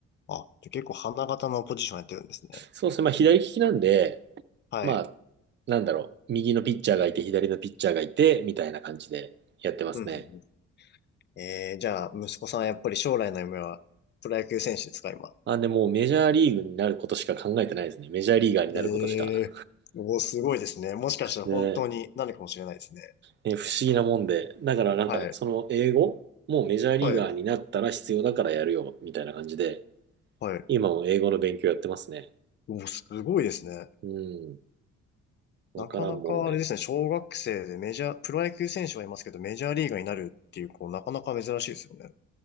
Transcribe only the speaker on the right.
そうですね。まあ、左利きなんで、
まあ、なんだろう。右のピッチャーがいて、左のピッチャーがいて、みたいな感じでやってますね。
あ、でも、メジャーリーグになることしか考えてないですね。メジャーリーガーになることしか。
ね、ね、不思議なもんで。だから、なんか、
その英語もうメジャーリーガーになったら必要だからやるよ、
みたいな感じで。
今も英語の勉強やってますね。
うん。わからんもんで。